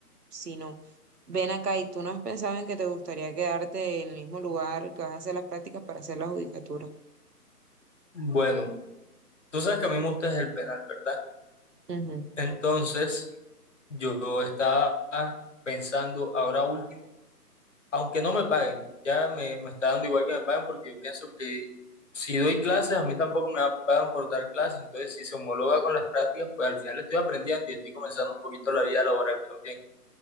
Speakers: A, on the right (about 75°); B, on the left (about 50°).
A: si no. Ven acá y tú no has pensado en que te gustaría quedarte en el mismo lugar que vas a hacer las prácticas para hacer la judicatura.
B: Bueno, tú sabes que a mí me gusta es el penal, ¿verdad?
A: Ujú.
B: Entonces, yo estaba pensando ahora último aunque no me paguen, ya me, me está dando igual que me paguen porque yo pienso que si doy clases, a mí tampoco me pagan por dar clases, entonces si se homologa con las prácticas, pues al final estoy aprendiendo y estoy comenzando un poquito la vida laboral también.